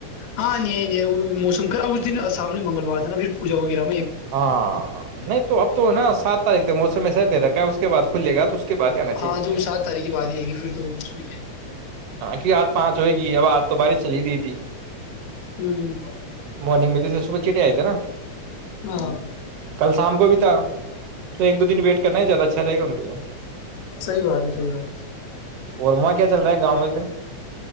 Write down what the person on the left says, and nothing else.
ہاں نہیں نہیں موسم اس دن سامنے منگلوار ن پھر پواغیرہ
ہاں جو
سات تاریخ کے بعد ہی آئیں گی پھر تو اس میں کیا ہے
ہوں
ہاں
سی بات ہے سی بات